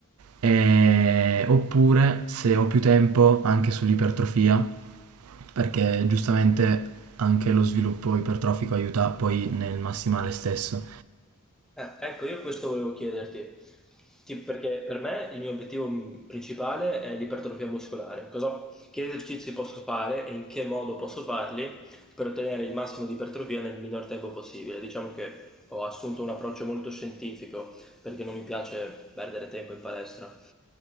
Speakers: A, on the right (about 75°); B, in the centre.
A: e- oppure se ho più tempo anche sull'ipertrofia, perché giustamente anche lo sviluppo ipertrofico aiuta poi nel massimale stesso.
B: Eh, ecco, io questo volevo chiederti, Ti- perché per me il mio obiettivo mh, principale è l'ipertrofia muscolare. Cosa- che esercizi posso fare e in che modo posso farli per ottenere il massimo di ipertrofia nel minor tempo possibile? Diciamo che ho assunto un approccio molto scientifico perché non mi piace perdere tempo in palestra.